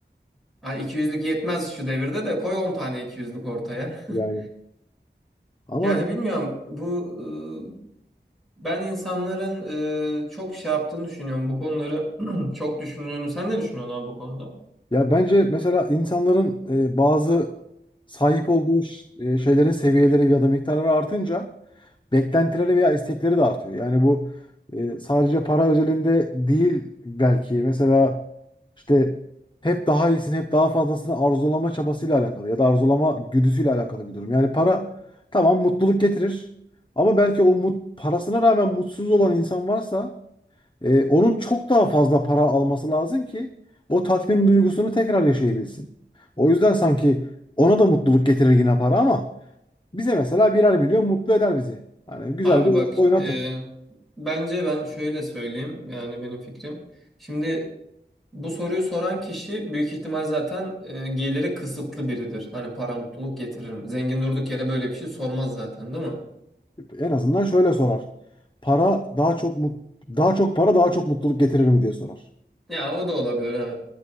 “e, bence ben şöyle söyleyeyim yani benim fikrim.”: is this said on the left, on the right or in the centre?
Centre